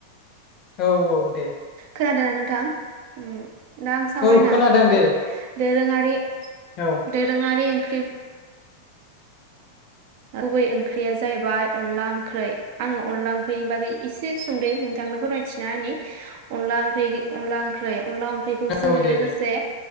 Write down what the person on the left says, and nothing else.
औ औ दे।
औ खोनादों
दे
औ
औ दे
दे